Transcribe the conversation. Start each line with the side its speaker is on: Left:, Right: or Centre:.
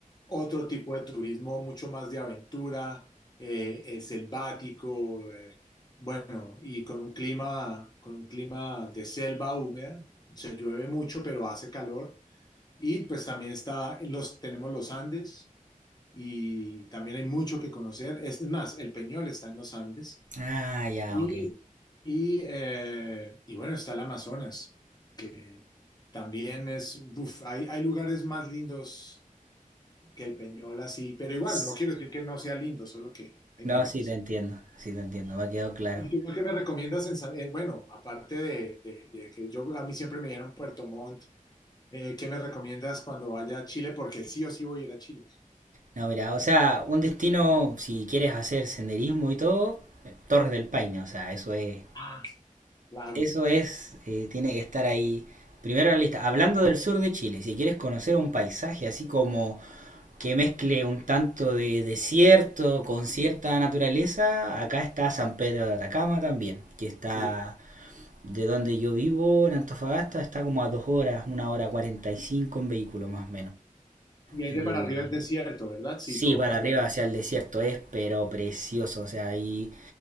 Left: otro tipo de turismo, mucho más de aventura, eh, eh, selvático, eh, bueno, y con un clima, con un clima de selva húmeda. Se llueve mucho, pero hace calor. Y pues también está en los, tenemos los Andes y también hay mucho que conocer. Es más, el Peñol está en los Andes.
Right: Ah, ya,
Left: Y,
Right: ok.
Left: y, eh, y bueno, está el Amazonas, que también es, uf, hay, hay lugares más lindos que el Peñol, así, pero igual,
Right: S-
Left: no quiero decir que no sea lindo, solo que hay
Right: No,
Left: mejores.
Right: sí te entiendo, sí te entiendo, me quedó claro.
Left: ¿Y tú qué me recomiendas en San- eh, bueno, aparte de, de- de que yo, a mí siempre me dieron Puerto Montt, eh, ¿qué me recomiendas cuando vaya a Chile? Porque sí o sí voy a ir a Chile.
Right: No, mira, o sea, un destino, si quieres hacer senderismo y todo, eh, Torres del Paine, o sea, eso es,
Left: Ah, Claro.
Right: eso es, eh, tiene que estar ahí. Primero en la lista, hablando del sur de Chile, si quieres conocer un paisaje así como que mezcle un tanto de desierto con cierta naturaleza, acá está San Pedro de Atacama también, que está
Left: Uf.
Right: de donde yo vivo, en Antofagasta, está como a dos horas, una hora cuarenta y cinco en vehículo más o
Left: Y ahí
Right: menos.
Left: de para arriba es desierto, ¿verdad? Sí,
Right: Sí,
Left: todo
Right: para
Left: hacia...
Right: arriba hacia el desierto es, pero precioso. O sea, ahí